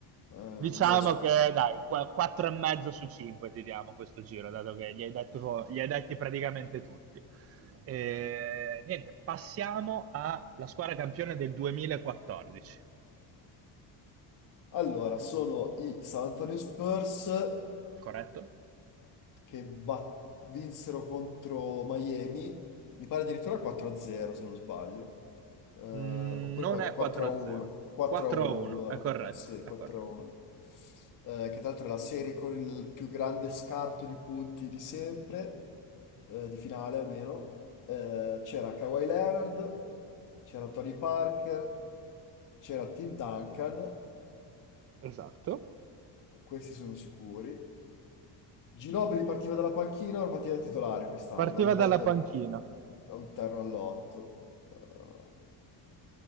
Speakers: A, on the left; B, on the right.
A: Eh, non
B: Diciamo
A: lo so.
B: che dai, 4 e mezzo su 5 ti diamo questo giro, dato che gli hai, detto- gli hai detti praticamente tutti. E, niente, passiamo alla squadra campione del 2014,
A: Allora, sono i San Antonio Spurs
B: corretto?
A: che bat- vinsero contro Miami, mi pare addirittura 4-0 se non sbaglio. Eh, oppure
B: Mm, non è
A: 4
B: 4-0,
A: a 1, 4
B: 4-1,
A: a 1 allora,
B: è corretto,
A: sì,
B: è
A: 4
B: corretto.
A: a 1. Eh, che tra l'altro è la serie con il più grande scarto di punti di sempre, eh, di finale almeno. Eh, c'era Kawhi Leonard, c'era Tony Parker, c'era Tim Duncan,
B: Esatto.
A: questi sono sicuri. Ginobili partiva dalla panchina, ora partiva da titolare quest'anno,
B: Partiva
A: ogni
B: dalla
A: volta
B: panchina.
A: a un terno all'otto. Eh,